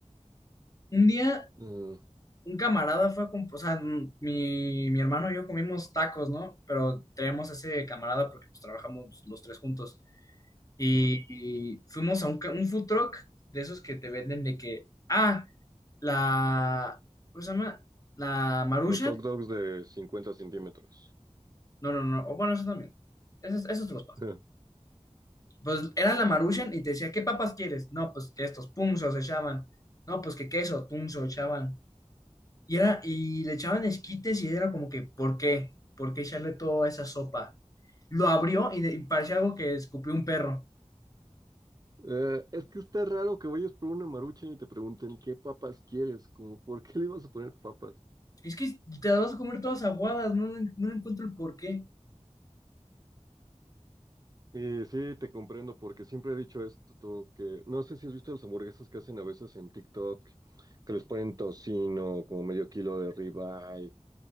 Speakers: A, on the left; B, on the right.
A: Un día,
B: Mm.
A: un camarada fue a comp- o sea, m- mi, mi hermano y yo comimos tacos, ¿no? Pero tenemos ese camarada porque pues, trabajamos los tres juntos. Y,
B: Ujú.
A: y fuimos a un, ca- un food truck de esos que te venden de que, ah, la, ¿cómo se llama? La Maruchan.
B: Los hot dogs de 50 centímetros.
A: No, no, no, o bueno, eso también. Esos, esos te los paso.
B: <laughs>
A: Pues era la Maruchan y te decía, ¿qué papas quieres? No, pues que estos punzos echaban. No, pues que queso, punzo echaban. Y era, y le echaban esquites y era como que, ¿por qué? ¿Por qué echarle toda esa sopa? Lo abrió y, de- y parecía algo que escupió un perro.
B: Eh, es que está raro que vayas por una marucha y te pregunten qué papas quieres, como por qué le ibas a poner papas.
A: Es que te las vas a comer todas aguadas, no, le- no le encuentro el por qué.
B: Y sí, te comprendo, porque siempre he dicho esto, tú, que no sé si has visto las hamburguesas que hacen a veces en TikTok, que les ponen tocino, como medio kilo de ribeye.